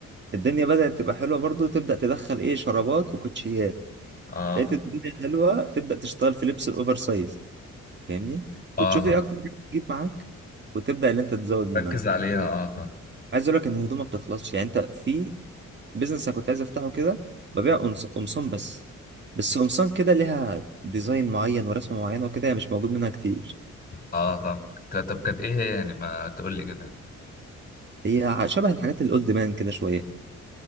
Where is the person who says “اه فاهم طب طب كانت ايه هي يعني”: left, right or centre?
Left